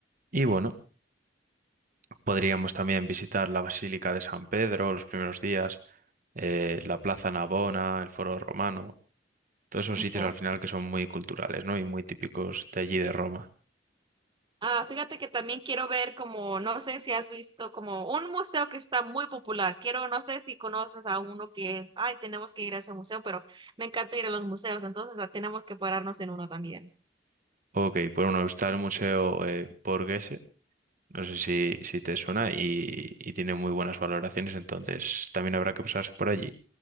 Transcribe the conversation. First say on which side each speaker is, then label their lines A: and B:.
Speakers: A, on the right; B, on the right.
A: Y bueno, podríamos también visitar la Basílica de San Pedro los primeros días, eh, la Plaza Navona, el Foro Romano, todos esos
B: Ok.
A: sitios al final que son muy culturales, ¿no? Y muy típicos de allí de Roma.
B: Ah, fíjate que también quiero ver como, no sé si has visto como un museo que está muy popular. Quiero, no sé si conoces a uno que es, ay, tenemos que ir a ese museo, pero me encanta ir a los museos, entonces ah, tenemos que pararnos en uno también.
A: Ok, por uno está el Museo eh, Borghese No sé si, si te suena y, y tiene muy buenas valoraciones, entonces también habrá que pasarse por allí,